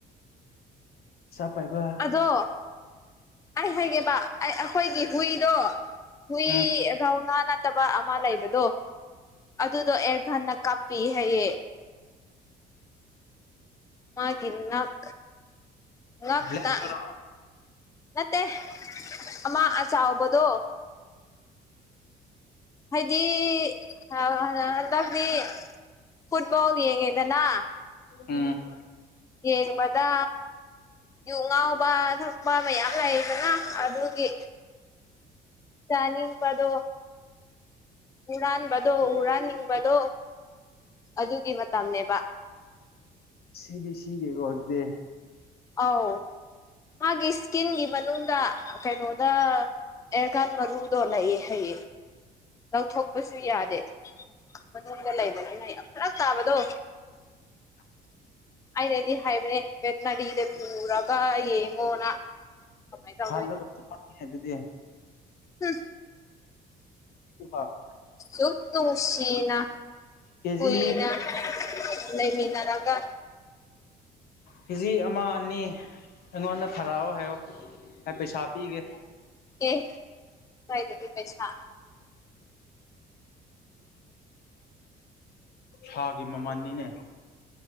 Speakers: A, on the left; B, on the left.
A: ꯄꯩꯁꯥ ꯄꯥꯏꯕ
B: ꯑꯗꯣ ꯑꯩ ꯍꯥꯏꯒꯦꯕ ꯑꯩ ꯑꯈꯣꯏꯒꯤ ꯍꯨꯏꯗꯣ ꯍꯨꯏ
A: ꯎꯝ
B: ꯔꯧꯅꯥ ꯅꯠꯇꯕ ꯑꯃ ꯂꯩꯕꯗꯣ ꯑꯗꯨꯗꯣ ꯑꯦꯌꯔꯒꯟꯅ ꯀꯥꯞ ꯄꯤ ꯍꯥꯏꯌꯦ ꯃꯥꯒꯤ ꯅꯛ ꯉꯛꯇ
A: ꯕ꯭ꯂꯦꯛꯇꯨꯔꯣ
B: ꯅꯠꯇꯦ ꯑꯃ ꯑꯆꯥꯎꯕꯗꯣ ꯍꯥꯏꯗꯤ <unintelligible> ꯍꯟꯗꯛꯗꯤ ꯐꯨꯠꯕꯣꯜ ꯌꯦꯡꯉꯦꯗꯅ
A: ꯎꯝ
B: ꯌꯦꯡꯕꯗꯥ ꯌꯨ ꯉꯥꯎꯕ ꯊꯛꯄ ꯃꯌꯥꯝ ꯂꯩꯗꯅ ꯑꯗꯨꯒꯤ ꯆꯥꯅꯤꯡꯕꯗꯣ ꯍꯨꯔꯥꯟꯕꯗꯣ ꯍꯨꯔꯥꯟꯅꯤꯡꯕꯗꯣ ꯑꯗꯨꯒꯤ ꯃꯇꯝꯅꯦꯕ
A: ꯁꯤꯗꯤ ꯁꯤꯗꯦꯀꯣ ꯑꯗꯨꯗꯤ
B: ꯑꯧ ꯃꯥꯒꯤ ꯏꯁꯀꯤꯟꯒꯤ ꯃꯅꯨꯡꯗ ꯀꯩꯅꯣꯗ ꯑꯦꯔꯒꯥꯟ ꯃꯔꯨꯗꯣ ꯂꯩꯌꯦ ꯍꯥꯏꯌꯦ ꯂꯧꯊꯣꯛꯄꯁꯨ ꯌꯥꯗꯦ ꯃꯅꯨꯡꯗ ꯂꯩꯕꯅꯦ ꯑꯩꯅ ꯌꯥꯝ ꯐꯔꯛ ꯇꯥꯕꯗꯣ
A: <inaudible>
B: ꯑꯩꯅꯗꯤ ꯍꯥꯏꯕꯅꯦ ꯚꯦꯇꯅꯔꯤꯗ ꯄꯨꯨꯔꯒ ꯌꯦꯡꯉꯣꯅ ꯀꯃꯥꯏꯅ ꯇꯧꯗꯣꯏꯅꯣ
A: ꯍꯥꯠꯂꯒ <unintelligible> ꯑꯗꯨꯗꯤ
B: ꯍꯨꯞ
A: <unintelligible>
B: ꯁꯨꯛ ꯅꯨꯡꯁꯤꯅ
A: ꯀꯦꯖꯤ
B: ꯀꯨꯏꯅ ꯂꯩꯃꯤꯟꯅꯔꯒ
A: ꯀꯦꯖꯤ ꯑꯃ ꯑꯅꯤ ꯑꯩꯉꯣꯟꯗ ꯈꯥꯏꯔꯛꯑꯣ ꯍꯥꯏꯌꯣ ꯑꯩ ꯄꯩꯁꯥ ꯄꯤꯒꯦ
B: ꯑꯦ ꯀꯥꯏꯗꯒꯤ ꯄꯩꯁꯥ
A: ꯁꯥꯒꯤ ꯃꯃꯟꯅꯤꯅꯦ